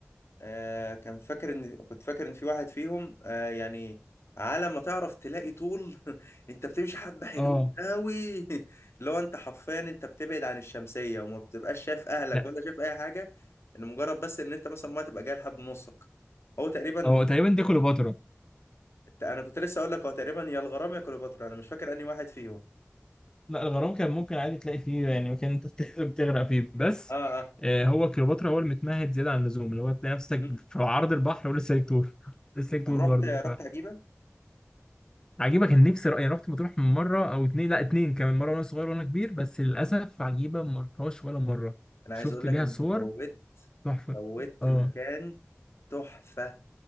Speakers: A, on the left (about 65°); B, on the left (about 15°).
A: آه كان فاكر إن كنت فاكر إن في واحد فيهم آه يعني على ما تعرف تلاقي طول <laughs> أنت بتمشي حبة حلوين
B: اه
A: أوي <laughs> لو أنت حرفيا أنت بتبعد عن الشمسية وما بتبقاش شايف أهلك
B: لا
A: ولا شايف أي حاجة إن مجرد بس إن أنت مثلا ما تبقى جاي لحد نصك هو تقريبا
B: هو تقريبا دي كليوباترا
A: أنا كنت لسه أقول لك هو تقريبا يا الغرام يا كليوباترا أنا مش فاكر أنهي واحد فيهم
B: لا الغرام كان ممكن عادي تلاقي فيه يعني مكان أنت بت- بتغرق فيه بس
A: اه اه
B: آه هو كليوباترا هو المتمهد زيادة عن اللزوم اللي هو تلاقي نفسك
A: مم.
B: في عرض البحر ولسه ليك طول <laughs> لسه ليك
A: طب
B: طول
A: رحت
B: برضه
A: رحت عجيبة
B: عجيبة كان نفسي رأيي رحت مطروح من مرة أو اتنين لا اتنين كمان مرة وأنا صغير وأنا كبير بس للأسف عجيبة ما رحتهاش ولا مرة
A: انا
B: شفت
A: عايز اقول لك
B: ليها
A: انت
B: صور
A: فوت
B: تحفة
A: فوت
B: اه
A: مكان تحفة